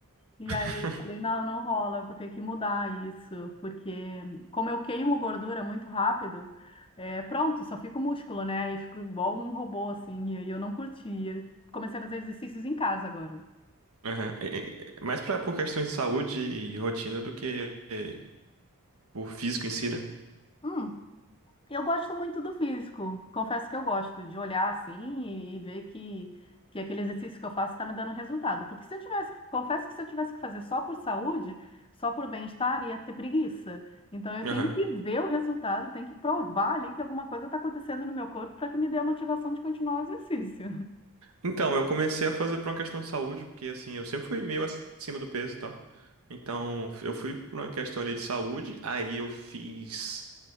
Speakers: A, on the left; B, on the right.
A: E
B: <laughs>
A: aí eu falei: não, não rola, eu vou ter que mudar isso. Porque, como eu queimo gordura muito rápido, é, pronto, só fico músculo, né? E fico igual um robô, assim. E aí eu não curtia. Comecei a fazer exercícios em casa agora.
B: Aham. É, é, é, Mais pra, por questões de saúde e rotina do que é, por físico em si, né?
A: Hum. Eu gosto muito do físico. Confesso que eu gosto de olhar assim e, e ver que, que aquele exercício que eu faço está me dando resultado. Porque se eu tivesse, que- confesso que se eu tivesse que fazer só por saúde, só por bem-estar, ia ter preguiça. Então eu
B: Aham.
A: tenho que ver o resultado, tenho que provar ali que alguma coisa está acontecendo no meu corpo para que me dê a motivação de continuar o exercício.
B: Então, eu comecei a fazer por uma questão de saúde, porque assim, eu sempre fui meio acima do peso e tal. Então, eu fui por uma questão ali de saúde, aí eu fiz.